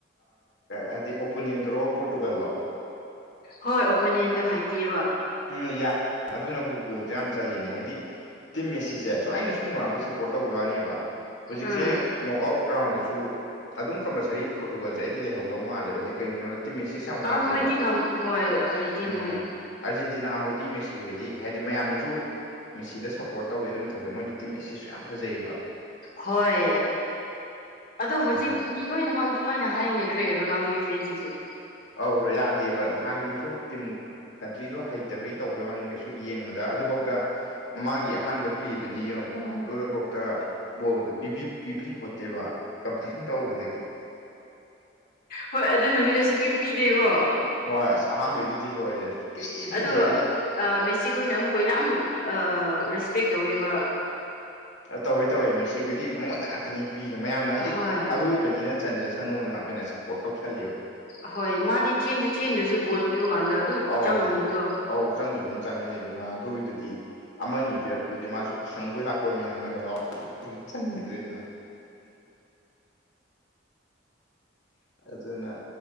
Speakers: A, on the left; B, on the left.
A: ꯍꯥꯏꯗꯤ ꯑꯣꯄꯨꯅꯦꯟꯟꯗ꯭ꯔꯣ ꯄꯣꯔꯇꯨꯒꯜꯂꯣ
B: ꯍꯣꯏ ꯑꯣꯄꯣꯅꯦꯟꯗꯣ ꯍꯥꯏꯇꯦꯕ
A: ꯎꯝ ꯌꯥ ꯑꯗꯨꯅꯕꯨ ꯒꯣꯜꯗ ꯌꯥꯝ ꯆꯜꯂꯤꯅꯦ ꯍꯥꯏꯗꯤ ꯇꯤꯝ ꯃꯦꯁꯤꯁꯦ ꯁ ꯑꯩꯅ ꯁꯨꯝ ꯅꯅꯥꯗꯣ ꯁꯞꯄꯣꯔꯠ ꯇꯧꯖ ꯌꯥꯅꯦꯕ ꯍꯧꯖꯤꯛꯁꯦ
B: ꯎꯝ
A: ꯅꯣꯛ ꯑꯥꯎꯠ ꯔꯥꯎꯟꯗꯁꯨ ꯑꯗꯨꯝ ꯀꯝꯄꯜꯁꯔꯤ ꯐꯣꯇꯨꯒꯣꯜꯁꯦ ꯑꯩꯗꯤ ꯂꯩꯍꯧꯗꯦ ꯇꯧꯗꯧ ꯃꯥꯜꯂꯦꯕ ꯍꯥꯏꯗꯤ ꯀꯩꯒꯤꯅꯣꯗ ꯇꯤꯃꯦꯁꯤꯁꯨ ꯌꯥꯝ
B: ꯑꯥ
A: ꯋꯥꯠꯂꯦꯕ
B: ꯃꯣꯏꯗꯤ ꯉꯝ ꯍꯣꯏ ꯍꯥꯏꯗꯤ
A: ꯎꯝ
B: ꯃꯣꯏ
A: ꯑꯥꯔꯖꯦꯟꯇꯤꯅꯥ ꯍꯣꯏꯗꯤ ꯃꯦꯁꯤ ꯍꯣꯏꯗꯤ ꯍꯥꯏꯗꯤ ꯃꯌꯥꯝꯅꯁꯨ ꯃꯦꯁꯤꯗ ꯁꯞꯄꯣꯔꯠ ꯇꯧꯋꯤ ꯑꯗꯨ ꯃꯊꯛꯇ ꯃꯣꯏꯗꯤ ꯇꯤꯝ ꯑꯁꯤꯁꯨ ꯌꯥꯝ ꯐꯖꯩꯑꯕ
B: ꯍꯣꯏ ꯑꯗꯣ ꯍꯧꯖꯤꯛ
A: ꯑꯗꯨ
B: ꯃꯤ ꯂꯣꯏꯅꯃꯛ ꯑꯗꯨꯃꯥꯏꯅ ꯍꯥꯏꯅꯈ꯭ꯔꯦ ꯔꯣꯅꯥꯜꯗꯨꯣꯒꯤ ꯐꯦꯟꯁꯤꯡꯁꯨ
A: ꯑꯗ ꯌꯥꯗꯦꯕ ꯅꯍꯥꯟꯒꯤꯗꯨꯁꯨ ꯇꯤꯝ ꯀꯟꯇ꯭ꯔꯤꯗꯣ ꯍꯩꯇꯕꯩ ꯇꯧꯕꯩ ꯋꯥꯅꯤ ꯀꯩꯁꯨ ꯌꯦꯡꯕꯗ ꯑꯗꯨꯐꯥꯎꯗ ꯃꯃꯥꯡꯒꯤ ꯑꯍꯥꯟꯕ ꯄ꯭ꯂꯦꯗꯨꯗꯤ ꯌꯦꯡꯉ ꯔꯣꯅꯥꯜꯗꯣꯗꯥꯎ ꯕꯣꯏꯕꯗ ꯄꯤꯕꯤ ꯄꯣꯠꯇꯦꯕ ꯀꯝꯄ꯭ꯂꯦꯟ ꯇꯧꯕꯗ
B: ꯍꯣꯏ ꯑꯗꯨ ꯅꯨꯃꯤꯠꯇ ꯁꯨꯄꯤ ꯄꯤꯗꯦꯀꯣ
A: ꯍꯣꯏ ꯑꯁ ꯑꯍꯥꯝꯕꯩꯗꯨꯗꯤ ꯂꯣꯏꯔꯦ ꯄꯤꯗꯦ
B: ꯑꯗꯣ
A: ꯑꯗꯒꯤ
B: ꯃꯦꯁꯤꯈꯣꯏꯅ ꯑꯃꯨꯛꯀ ꯌꯥꯝ ꯔꯦꯁꯄꯦꯛ ꯇꯧꯕꯤꯕ
A: ꯇꯧꯋꯦ ꯇꯧꯋꯦ ꯉꯁꯤꯒꯤꯗꯤ ꯃꯉꯨ ꯉꯥꯛꯇꯅꯤ ꯄꯤꯗꯣ ꯃꯌꯥꯝꯅ ꯍꯥꯏꯗꯤ
B: ꯍꯣꯏ
A: ꯑꯔꯣꯏꯕꯅꯤꯅ ꯆꯟꯖꯁꯦ ꯁꯅꯣꯅ ꯑꯣꯏꯅ ꯁꯞꯄꯣꯔꯠ ꯇꯧꯁꯜꯜꯂꯤꯦꯕ
B: ꯑꯣꯏ ꯃꯥꯗꯤ ꯆꯦꯟꯁꯨ ꯆꯦꯟꯗ꯭ꯔꯁꯨ ꯕꯣꯜ ꯄꯤꯕ ꯀꯥꯟꯗ ꯑꯗꯨꯝ
A: ꯑꯧ
B: ꯆꯪꯍꯟꯕꯗꯣ
A: ꯑꯧ ꯆꯪꯁꯨ ꯑꯗꯨꯝ ꯆꯪꯉꯦ ꯔꯣꯅꯥꯜꯗꯣꯒꯤꯗꯨꯗꯤ ꯑꯃ ꯑꯅꯤ ꯄꯤꯔꯛꯄꯗꯗꯤ ꯃꯥꯁꯨ ꯈꯪꯕꯩ ꯂꯥꯛꯄ ꯑꯩꯈꯣꯏ ꯃꯌꯥꯝꯅ ꯍ ꯂꯥꯎ ꯑꯗꯨꯝ ꯆꯟꯈꯤꯗ꯭ꯔꯦꯗꯅ ꯑꯗꯨꯖꯅ